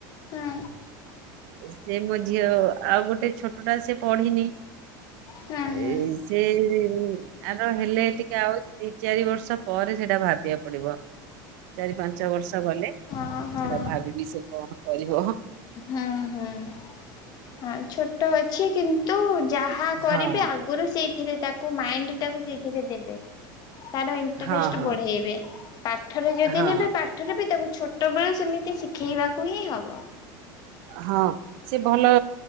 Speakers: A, on the left; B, on the right.
A: ହୁଁ
B: ସେ ମୋ ଝିଅ ଆଉ ଗୋଟେ ଛୋଟଟା ସେ ପଢିନି।
A: ହୁଁ
B: ଏଇ
A: ହୁଁ
B: ସେ ଆର ହେଲେ ଟିକେ ଆଉ ଦି ଚାରି ବର୍ଷ ପରେ ସେଟା ଭାବିବାକୁ ପଡିବ। ଚାରି ପାଞ୍ଚ ବର୍ଷ ଗଲେ
A: ଓହୋ
B: ସେଟା ଭାବିବି ସେ କଣ କରିବ।
A: ହୁଁ ହୁଁ ହଁ ଛୋଟ ଅଛି କିନ୍ତୁ ଯାହା କରିବି
B: ହଁ
A: ଆ ଗୁରୁ ସେଇଥିରେ ତାକୁ ମାଇଣ୍ଡ ଟାକୁ ସେଇଥିରେ ଦେବେ। ତାର ଇଣ୍ଟରେଷ୍ଟ
B: ହଁ ହଁ
A: ବଢେଇବେ ପାଠରେ ଯଦି
B: ହଁ
A: ନେବେ ପାଠ ପାଠରେ ବି ତାକୁ ଛୋଟବେଳୁ ସେମିତି ଶିଖେଇବାକୁ ହିଁ ହବ।
B: ହଁ ସେ ଭଲ